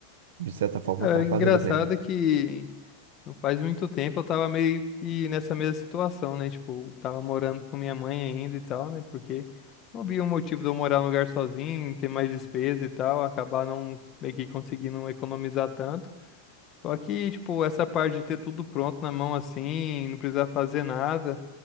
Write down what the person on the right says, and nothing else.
de certa forma,
tá fazendo
bem.